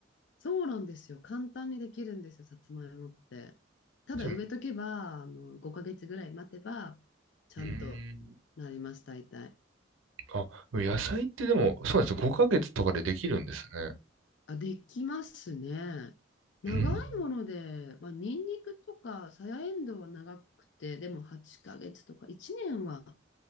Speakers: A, on the left; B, on the right.
A: そうなんですよ。簡単にできるんですよ、さつまいもって。ただ植えとけば、
B: じゃあ、
A: あの、5ヶ月ぐらい待てば、ちゃんとなります、
B: うーん。
A: 大体。
B: あ、野菜ってでも、そうなんです。5ヶ月とかでできるんですね。
A: あ、できますね。長いもので、
B: うん。
A: まあ、ニンニクとか、さやえんどうは長くて、でも8ヶ月とか、1年は、